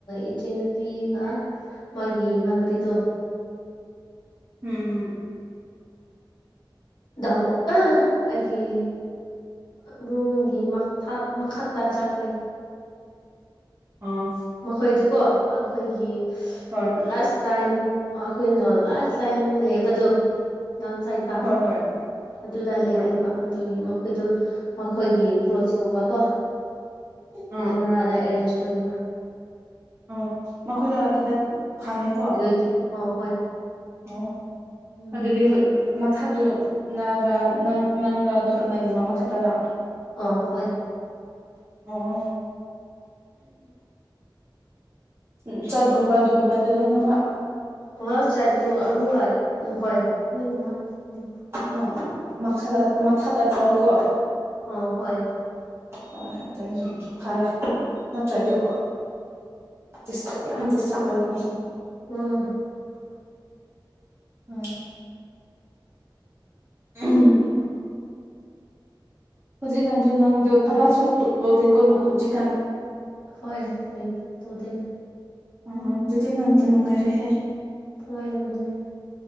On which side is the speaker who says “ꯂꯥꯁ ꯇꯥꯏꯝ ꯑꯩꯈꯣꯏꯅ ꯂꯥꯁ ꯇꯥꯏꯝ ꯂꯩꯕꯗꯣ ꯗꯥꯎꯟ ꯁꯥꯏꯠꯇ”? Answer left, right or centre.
Left